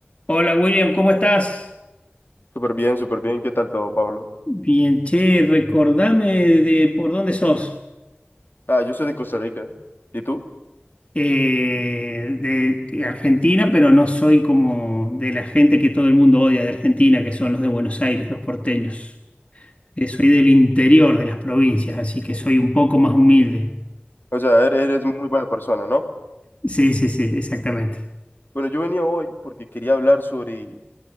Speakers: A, on the left (about 30°); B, on the left (about 55°).
A: Hola William, ¿cómo estás?
B: Súper bien, súper bien. ¿Qué tal todo, Pablo?
A: Bien, che, recordame de por dónde sos.
B: Ah, yo soy de Costa Rica. ¿Y tú?
A: Eh, de, de Argentina, pero no soy como de la gente que todo el mundo odia de Argentina, que son los de Buenos Aires, los porteños. Eh, soy del interior de las provincias, así que soy un poco más humilde.
B: O sea, eres, eres muy buena persona, ¿no?
A: Sí, sí, sí, exactamente.
B: Bueno, yo venía hoy porque quería hablar sobre,